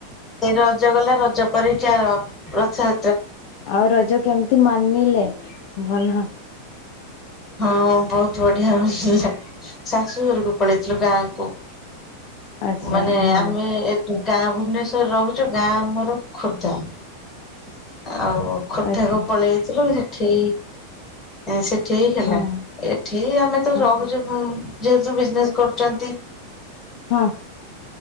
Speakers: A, on the left; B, on the left.
A: ଏଇ ରଜ ଗଲା, ରଜ ପରେ <unintelligible> ରଥ
B: ଆଉ ରଜ କେମିତି ମାନିଲେ ଭଲ?
A: ହଁ ବହୁତ ବଢିଆ ହଉଚି ଶାଶୁଘରକୁ ପଳେଇଥିଲୁ ଗାଁକୁ।
B: ଆଚ୍ଛା
A: ମାନେ
B: ହଁ
A: ଆମେ ଏଠୁ ଟା ଗାଁ ଭୁବନେଶ୍ୱରରେ ରହୁଚୁ ଗାଁ ଆମର ଖୋର୍ଦ୍ଧା। ଆଉ ଖୋର୍ଦ୍ଧାକୁ
B: ଆଚ୍ଛା।
A: ପଳେଇ ଆଇଥିଲୁ ସେଠି ଏଁ ସେ ଠି ହେଲା
B: ହଁ
A: ଏଠି ଆମେ ତ
B: ହଁ
A: ରହୁଛୁ ଯେହେତୁ ବିଜନେସ କରୁଚନ୍ତି।
B: ହଁ